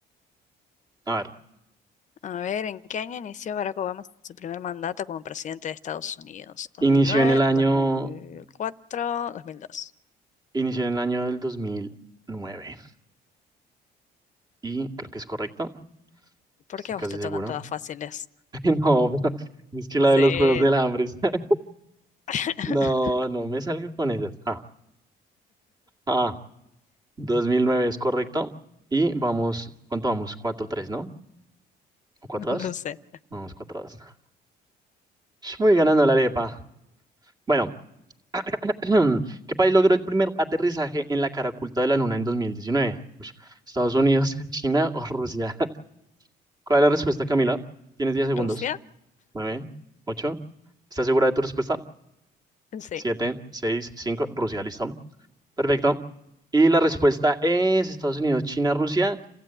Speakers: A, on the right; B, on the left.
A: A ver,
B: A ver, ¿en qué año inició Barack Obama su primer mandato como presidente de Estados Unidos? ¿2009,
A: inició en el año,
B: 2004, 2002?
A: inició en el año del dos mil nueve y creo que es correcto,
B: ¿Por
A: estoy
B: qué a
A: casi
B: vos te
A: seguro.
B: tocan todas fáciles?
A: <laughs> No, pero es que la
B: Sí.
A: de los Juegos del Hambre. <laughs>
B: <laughs>
A: No, no me salga con esas. Ah, ah, 2009 es correcto. Y vamos, ¿cuánto vamos? Cuatro tres, ¿no? o cuatro
B: No
A: dos,
B: sé.
A: Vamos, cuatro dos. Voy ganando la arepa. Bueno, <clears throat> ¿qué país logró el primer aterrizaje en la cara oculta de la Luna en 2019? Ush, ¿Estados Unidos, <laughs> China o Rusia? <laughs> ¿Cuál es la respuesta, Camila? Tienes 10 segundos.
B: ¿Rusia?
A: 9, 8. ¿Estás segura de tu respuesta?
B: Sí.
A: 7, 6, 5. Rusia, listo. Perfecto. Y la respuesta es Estados Unidos, China, Rusia.